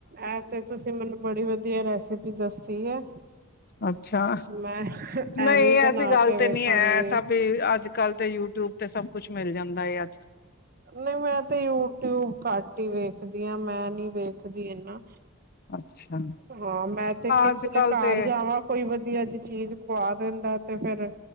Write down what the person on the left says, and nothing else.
ਅੱਛਾ
ਨਹੀਂ
ਐਸੀ
ਗੱਲ
ਤੇ ਨਹੀਂ ਹੈ ਸਭ ਵੀ ਅੱਜ ਕੱਲ ਤੇ ਯੂਟਿਊਬ ਤੇ ਸਭ ਕੁੱਛ ਮਿਲ ਜਾਂਦਾ ਆ
ਅੱਛਾ
ਅੱਜ
ਕੱਲ
ਤੇ